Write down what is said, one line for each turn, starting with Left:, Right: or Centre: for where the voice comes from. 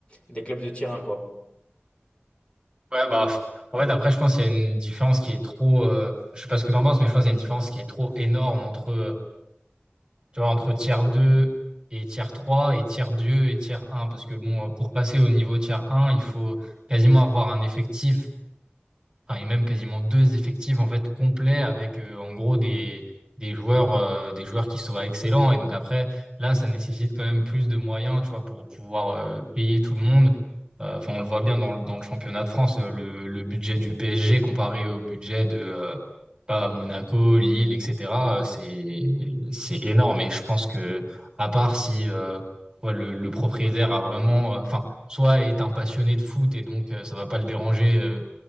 Left: des clubs de tier un quoi.
Right: Ouais, bah, pff, en fait, après, je pense qu'il y a une différence qui est trop, euh, je sais pas ce que t'en penses, mais je pense qu'il y a une différence qui est trop énorme entre, euh, tu vois, entre tiers 2 et tiers trois et tiers 2 et tiers un parce que bon, euh, pour passer au niveau tiers un il faut quasiment avoir un effectif enfin, et même quasiment deux effectifs en fait complets avec euh, en gros des des joueurs euh, des joueurs qui soient excellents et donc après là ça nécessite quand même plus de moyens tu vois pour pouvoir euh, payer tout le monde Euh, enfin on le voit bien dans le dans le championnat de France euh, le le budget du PSG comparé au budget de euh, pas Monaco Lille etc euh, c'est c'est énorme et je pense que à part si euh, ouais, le le propriétaire a vraiment euh, enfin soit est un passionné de foot et donc euh, ça va pas le déranger euh,